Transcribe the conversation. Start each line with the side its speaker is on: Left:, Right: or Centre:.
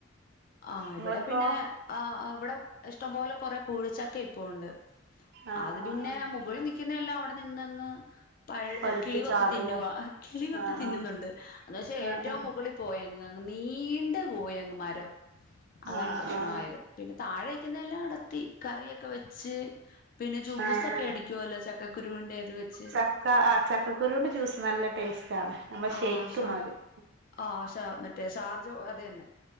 Left: ആഹ്
Right: നിങ്ങൾക്കോ
Left: ഇവിടെ പിന്നെ ആഹ് ആഹ് ഇവിടെ ഇഷ്ടംപോലെ കൊറെ കൂഴിച്ചക്ക ഇപ്പഒണ്ട്
Right: ആഹ്
Left: അത്
Right: ആഹ്
Left: പിന്നെ മുകളിനിക്കുന്നയെല്ലാം അവിടെനിന്നങ്ങ് പഴ
Right: പഴുത്ത്
Left: കിളി കൊത്തിതിന്നുവാ
Right: ചാടൂലേ
Left: കിളി കൊത്തി
Right: ആഹ്
Left: തിന്നുന്നുണ്ട്
Right: ആഹ്
Left: എന്നച്ചെ
Right: ആഹ്
Left: ഏറ്റവും
Right: ആഹ്
Left: മുകളിൽപോയെങ്ങ് ങ്ങ് നീണ്ട പോയെങ്ങ് മരം അതാണ്
Right: ആഹ്
Left: പ്രശ്നആയത്
Right: ആഹ്
Left: പിന്നെ താഴെന്നിക്ക്‌ന്നെഎല്ലാം അടത്തി കറിയൊക്കെ വെച്ച് പിന്നെ ജ്യൂസ്
Right: ആഹ്
Left: ഒക്കെ
Right: ആഹ്
Left: അടിക്കുവല്ലോ ചക്കക്കുരുവിന്റെ ഇത് വെച്ച്
Right: ചക്ക ആഹ് ചക്കക്കുരുണ്ട് ജ്യൂസ് നല്ല ടേസ്റ്റ് ക്കാണ് നമ്മ
Left: ആഹ്
Right: ഷേക്ക്മാതിരി
Left: ഷാ ആഹ് ഷാ മറ്റേ ഷാർജ അത് തന്നെ